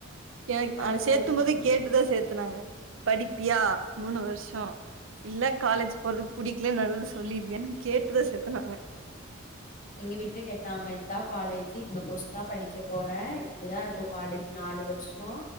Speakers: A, on the right (about 70°); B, on the left (about 40°).
A: என
B: வேற
A: அ
B: வழி
A: சேர்த்தும்போதே
B: இல்லாம
A: கேட்டுதா சேத்தனாங்க. படிப்பியா மூணு வர்ஷோ இல்ல காலேஜ் போறதுக் புடிக்கலன் நடுவுல சொல்லிருவியான் கேட்டுதா சேத்தனாங்க.
B: எங்க வீட்ல கேட்டாங்க இத்தா காலேஜு இந்த கோர்ஸ்தா படிக்க போற இப்படிதா இருக்கு காலேஜ் நாலு வ ர்ஷோ